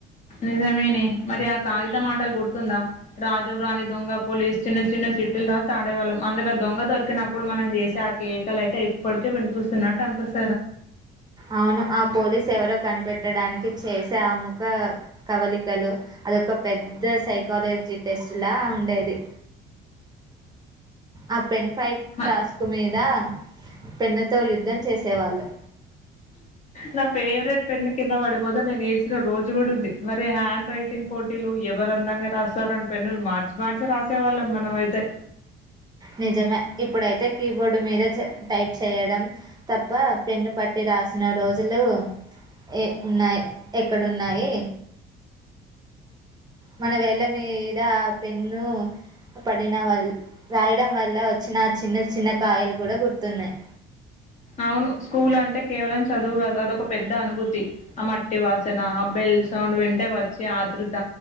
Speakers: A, on the left (about 40°); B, on the right (about 20°).
A: నిజమేనే మరి ఆ కాగిత మాటలు గుర్తుందా రాజెవరాని దొంగ పోలీస్ చిన్న చిన్న చిట్టీలు రాసి ఆడేవాళ్ళం అందులో దొంగ దొరికినప్పుడు మనం చేసే ఆ కేకలు అయితే ఇప్పటికీ వినిపిస్తున్నట్టు అనిపిస్
B: అవును ఆ పోలీస్ ఎవరో కనిపెట్టడానికి చేసే ఆ ముఖ కవళికలు అదొక పెద్ద సైకాలజీ టెస్ట్లా ఉండేది అ పెన్ ఫైట్
A: మ-
B: టాస్క్ మీద పెన్ను తో యుద్ధం చేస్ సేవాళ్ళు
A: నా ఫేవరెట్ పెన్ను కింద పడిపోతే నేను ఏడ్చిన రోజు కూడా ఉంది మరి హ్యాండ్ రైటింగ్ పోటీలు ఎవరు అందంగా రాస్తారు అని పెన్నులు మార్చి మార్చి రాసే వాళ్ళం మనం అయితే
B: నిజమే ఇప్పుడైతే కీబోర్డు మీద చే టైప్ చేయడం తప్ప పెన్ను పట్టి రాసిన రోజులు ఏ ఉన్నాయి ఎక్కడున్నాయి మన వేళ్ళ మీద ఆ పెన్ను పడిన వల్ రాయడం వల్ల వచ్చిన చిన్న చిన్న కాయలు కూడా గుర్తున్నాయి
A: అవును స్కూల్ అంటే కేవలం చదువు కాదు అదొక పెద్ద అనుభూతి ఆ మట్టి వాసన ఆ బెల్ సౌండ్ వింటే వచ్చే ఆతృత